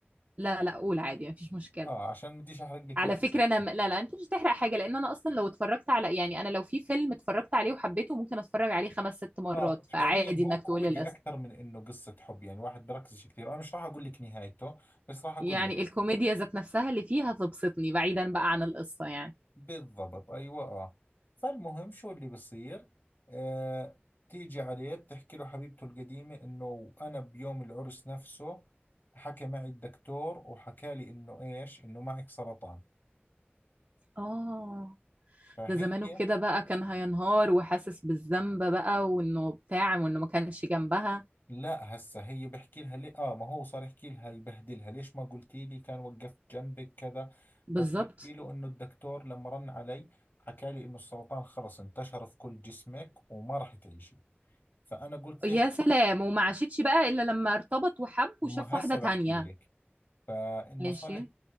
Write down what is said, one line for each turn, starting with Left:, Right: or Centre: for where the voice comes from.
Right: لا لا قول عادي مفيش مشكله
Left: آه عشان ما بديش أحرق لك
Right: على
Left: الأحداث
Right: فكرة أنا م- لا لا أنت مش هتحرق حاجة لأن أنا أصلا لو اتفرجت على يعني أنا لو في فيلم اتفرجت عليه وحبيته ممكن أتفرج عليه خمس ست مرات
Left: اه
Right: فعادي
Left: فعليا هو
Right: إنك
Left: كوميدي
Right: تقولي القصة
Left: اكثر من انه قصة حب يعني واحد بركزش كثير انا مش راح اقول لك نهايته بس راح اقول
Right: يعني
Left: لك
Right: الكوميديا ذات نفسها اللي فيها تبسطني بعيدا بقى عن القصة يعني
Left: بالضبط ايوه اه فالمهم شو اللي بصير آه تيجي عليه بتحكي له حبيبته القديمة انه انا بيوم العرس نفسه حكى معي الدكتور وحكى لي انه ايش انه معك سرطان
Right: آه
Left: فهي
Right: ده زمانه كده بقى كان هينهار وحاسس بالذنب بقى وإنه بتاع وإنه ما كانش جنبها
Left: لا هسه هي بحكي لها ليه اه ما هو صار يحكي لها يبهدلها ليش ما قلتي لي كان وقفت جنبك كذا
Right: بالظبط
Left: فبتحكي له انه الدكتور لما رن علي حكى لي انه السرطان خلص انتشر في كل جسمك وما راح تعيشي فانا قلت
Right: يا
Left: ليش
Right: سلام وما عاشتش بقى إلا لما ارتبط وحب
Left: ما
Right: وشاف واحدة
Left: هسه
Right: تانية
Left: بحكي لك فانه
Right: ماشي
Left: صار يح-